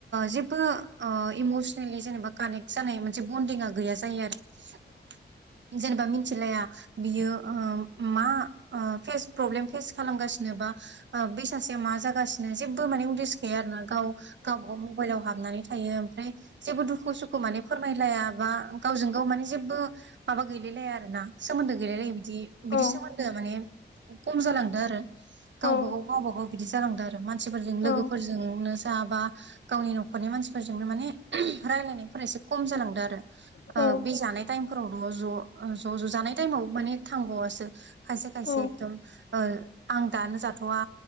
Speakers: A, on the right; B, on the left.
A: जेबो इमसनेलि जेनेबा कानेक्ट जानाय मोनसे बन्डिंआ गैया जायो आरो जेनेबा मि मिथिलाया बेयो ओ मा फेस प्रब्लेम खालामगासिनो बा बै सासेयाव मा जागासिनो जेबो माने उदेस गैया आरोना गाव गाव गाव मबाइलाव हाबनानै थायो ओमफ्राय जेबो दुखु मान फोरमायल बा गावजों गाव माने जेबो मा ग गैलायलाया आरो ना सोमोन्दो गैलायलायो बिदि
B: औ
A: बिदि सोमोन्दोआ माने खम जालांदो आरो गावबागाव
B: नंगौ
A: गावबा गाव बिदि जालांदों आरो मानसिफोरजों
B: औ
A: लोगोफोरजोंनो जाबा गावनि न'खरनि मानसिफोरजोंनो माने रायलायनाय फ्रा खम जालांदों आरो
B: औ
A: बे जानाय टाइम फोराव' ज' ज' ज' जानाय टाइमाव माने थांगावसो खायसे खायसे
B: औ
A: एकदम आं दानो जाथ'वा